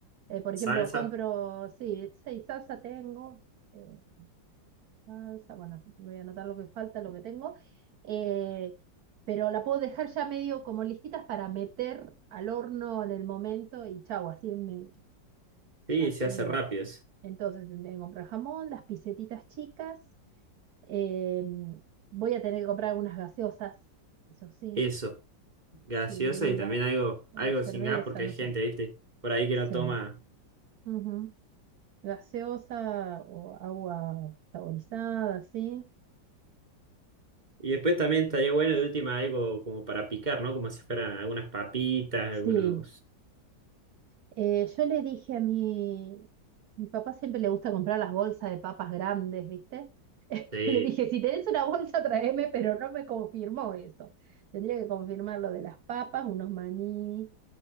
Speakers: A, on the right (about 60°); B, on the right (about 20°).
A: Eh, por
B: salsa,
A: ejemplo, compro, sí, seis salsa tengo. eh, salsa, bueno, voy a anotar lo que falta, lo que tengo. eh, pero la puedo dejar ya medio como listitas para meter al horno en el momento y chau, así me
B: sí,
A: así.
B: se hace rápido.
A: Entonces tendré que comprar jamón, las pisetitas chicas. eh, voy a tener que comprar algunas gaseosas, eso sí,
B: Eso, gaseosa
A: sí, bebida,
B: y también algo,
A: eh,
B: algo
A: cerveza,
B: sin gas porque hay
A: no
B: gente,
A: sé.
B: ¿viste? Por ahí que
A: Sí.
B: no toma.
A: ujú. gaseosa o agua saborizada, ¿sí?
B: Y después también estaría bueno de última algo como para picar, ¿no? Como si fueran algunas papitas, algunos...
A: Sí. Eh, yo le dije a mi, mi papá siempre le gusta comprar las bolsas de papas grandes, ¿viste? <laughs>
B: Sí.
A: Le dije, si tenés una bolsa, tráeme, pero no me confirmó eso. Tendría que confirmar lo de las papas, unos maní.